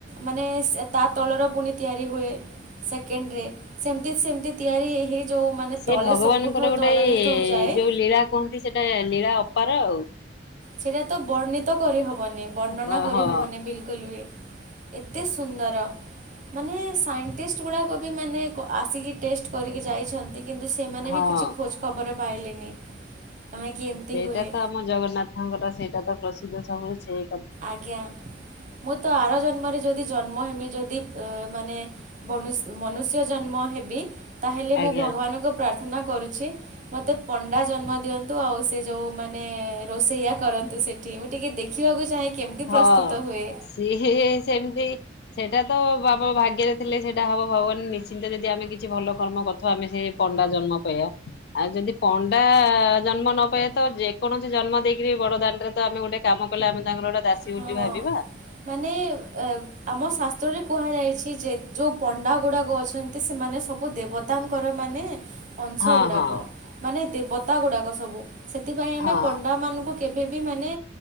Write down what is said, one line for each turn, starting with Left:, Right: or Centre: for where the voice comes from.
Right: ମାନେ ତା ତଳର ପୁଣି ତିଆରି ହୁଏ ସେକେଣ୍ଡରେ ସେମିତି ସେମିତି ତିଆରି ହେଇ ହେଇ ଯେଉଁମାନେ
Left: ସେ
Right: ତଳେ
Left: ଭଗବାନଙ୍କର
Right: ସବୁଠାରୁ
Left: ଗୋଟେ
Right: ତଳରେ ଥଉ ଯାଏ
Left: ଯୋଉ ଲୀଳା କୁହନ୍ତି ସେଟା ଲୀଳା ଅପାର ଆଉ।
Right: ସେଟା ତ ବର୍ଣ୍ଣିତ କରି ହ ବନି ବର୍ଣ୍ଣନା
Left: ହଁ
Right: କରି
Left: ହଁ
Right: ହବନି ବିଲକୁଲ ବି। ଏତେ ସୁନ୍ଦର ମାନେ ସାଇଣ୍ଟିଷ୍ଟ ଗୁଡ଼ାକ ବି ମାନେ ଆସିକି ଟେଷ୍ଟ କରିକି ଯାଇଛନ୍ତି। କିନ୍ତୁ ସେମାନେ
Left: ହଁ।
Right: ବି କିଛି ଖୋଜ ଖବର ପାଇଲେନି କାହିଁକି ଏମିତି
Left: ସେଇଟା
Right: ହୁଏ।
Left: ତ ଆମ ଜଗନ୍ନାଥଙ୍କର ସେଇଟା ତ ପ୍ରସିଦ୍ଧ ସବୁ ସେ
Right: ଆଜ୍ଞା। ମୁଁ ତ ଆର ଜ ମରେ ଯଦି ଜନ୍ମ ହେମି ଯଦି ମାନେ ମନୁଷ୍ୟ ଜନ୍ମ ହେବି। ତାହେଲେ ମୁଁ
Left: ଆଜ୍ଞା।
Right: ଭଗବାନଙ୍କୁ ପ୍ରାର୍ଥ ପ୍ରାର୍ଥନା କରୁଛି ମତେ ପଣ୍ଡା ଜନ୍ମ ଦିଅନ୍ତୁ। ଆଉ ଯୋଉ ମାନେ ରୋଷେଇଆ କରନ୍ତୁ ସେଠି ମୁଁ ଟିକେ ଦେଖିବାକୁ ଚାହେଁ କେମିତି
Left: ହଁ
Right: ପ୍ରସ୍ତୁତ ହୁଏ।
Left: ସିଏ ସେମ ସେଇଟା ତ ବାପ ଭାଗ୍ୟରେ ଥିଲେ ସେଇଟା ହବ ଭଗବାନ ନିଶ୍ଚିନ୍ତ ଯଦି ଆମେ କିଛି ଭଲ କର୍ମ କରିଥିବା ଆମେ ସେ ପଣ୍ଡା ଜନ୍ମ ପାଇବା। ଆଉ ଯଦି ପଣ୍ଡା ଜନ୍ମ ନ ପାଇବା ତ ଯେକୌଣସି ଜନ୍ମ ଦେଇକିରି ବଡଦାଣ୍ଡରେ ତ ଆମେ ଗୋଟେ କାମ କଲେ ଆମେ ତାଙ୍କର ଗୋଟେ ଦାସୀ
Right: ହଁ
Left: ବୋଲି ଭାବିବା।
Right: ମାନେ ଆମ ଶାସ୍ତ୍ରରେ କୁହାଯାଇଛି ଯେ ଯୋଉ ପଣ୍ଡା ଗୁଡାକ ଅଛନ୍ତି ସେମାନେ ସବୁ ଦେବ ତାଙ୍କର ମାନେ ଅଂଶ
Left: ହଁ
Right: ଗୁଡ଼ାକ
Left: ହଁ
Right: ମାନେ ଦେବ ତା ଗୁଡାକ ସବୁ ସେଥିପାଇଁ ଆମେ
Left: ହଁ।
Right: ପଣ୍ଡାମାନଙ୍କୁ କେବେ ବି ମାନେ